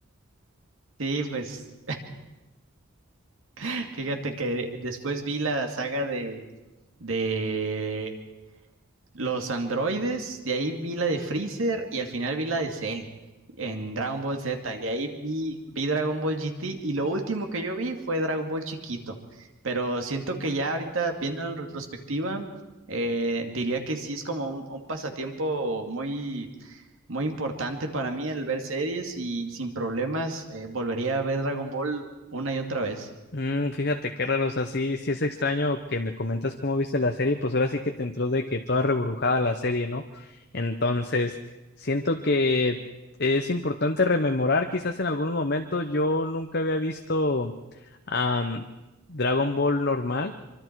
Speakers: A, on the right (about 70°); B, on the left (about 50°).
A: <laughs> sí, pues <laughs> fíjate que después vi la saga de de Los androides, de ahí vi la de Freezer y al final vi la de Cell en Dragon Ball Z. Y de ahí vi, vi Dragon Ball GT y lo último que yo vi fue Dragon Ball chiquito. Pero siento que ya ahorita, viendo en retrospectiva, eh, diría que sí es como un, un pasatiempo muy, muy importante para mí el ver series y sin problemas eh, volvería a ver Dragon Ball una y otra vez.
B: Mm, fíjate qué raro, o sea, sí, sí es extraño que me comentas cómo viste la serie, pues ahora sí que te entró de que toda rebrujada la serie, ¿no? Entonces, siento que es importante rememorar, quizás en algún momento yo nunca había visto am, Dragon Ball normal,